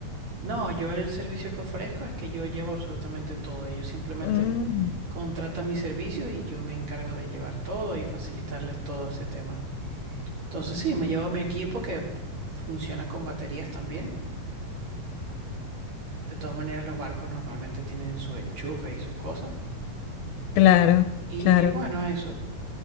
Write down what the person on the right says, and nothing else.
No, yo el servicio que ofrezco es que yo llevo absolutamente todo. Ellos simplemente
contratan mis servicios y yo me encargo de llevar todo y facilitarles todo ese tema. Entonces sí, me llevo mi equipo que funciona con baterías también. De todas maneras, los barcos normalmente tienen sus enchufes y sus cosas.
Y
bueno, eso.